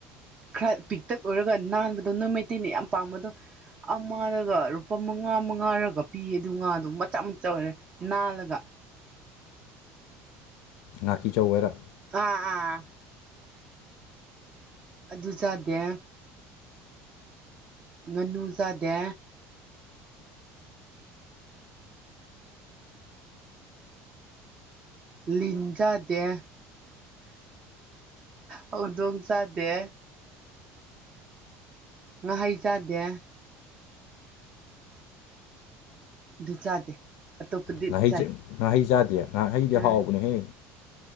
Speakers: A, on the right; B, on the left.
A: ꯈꯔ ꯄꯤꯛꯇꯛ ꯑꯣꯏꯔꯒ ꯅꯥꯟꯕꯗꯣ ꯅꯣꯏ ꯃꯩꯇꯩꯅ ꯌꯥꯝ ꯄꯥꯝꯕꯗꯣ ꯑꯃꯗꯒ ꯂꯨꯄꯥ ꯃꯉꯥ ꯃꯉꯥꯔꯒ ꯄꯤꯌꯦ ꯑꯗꯨ ꯉꯥꯗꯣ ꯃꯆꯥ ꯃꯆꯥ ꯑꯣꯏꯔꯒ ꯅꯥꯜꯂꯒ
B: ꯅꯥꯀꯤꯆꯧꯔꯥ
A: ꯑꯥ ꯑꯥ ꯑꯗꯨ ꯆꯥꯗꯦ ꯉꯥꯅꯨ ꯆꯥꯗꯦ ꯂꯤꯟ ꯆꯥꯗꯦ ꯍꯧꯗꯣꯡ ꯆꯥꯗꯦ ꯉꯍꯩ ꯆꯥꯗꯦ ꯑꯗꯨ ꯆꯥꯗꯦ ꯑꯇꯣꯞꯄꯗꯤ
B: ꯉꯍꯩ
A: ꯆꯥꯏ
B: ꯉꯥꯍꯩ ꯆꯥꯗꯦ ꯉꯥꯍꯩꯗꯤ
A: ꯑꯥ
B: ꯍꯥꯎꯕꯅꯦꯍꯦ